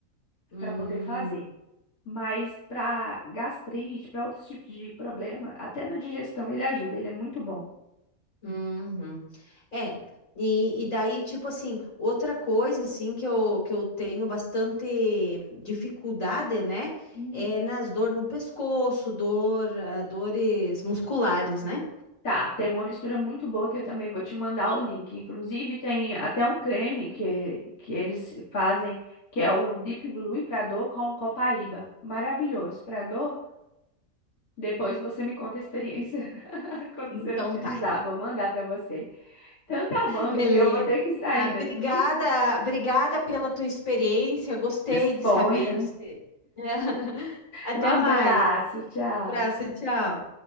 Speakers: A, on the left; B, on the left.
A: Hum,
B: Para poder fazer. Mas para gastrite, para outros tipos de problema, até na digestão ele ajuda, ele é muito bom.
A: uhum. É, e, e daí, tipo assim, outra coisa, assim, que eu, que eu tenho bastante dificuldade, né,
B: Hum.
A: é nas dores no pescoço, dor, ah, dores musculares, né?
B: Tá, tem uma mistura muito boa que eu também vou te mandar o link. Inclusive tem até um creme que, que eles fazem, que é o Deep Blue para dor com Copaíba. Maravilhoso. Para dor, depois você me conta a experiência <laughs> quando
A: Então
B: você utilizar.
A: tá, então.
B: Vou mandar para você. Então tá bom, amiga.
A: Beleza.
B: Eu vou ter que sair
A: Ah, obrigada,
B: daqui.
A: obrigada pela tua experiência, gostei
B: Disponha.
A: de saber de ser. <laughs> Até
B: Um abraço,
A: mais.
B: tchau.
A: Um abraço, tchau.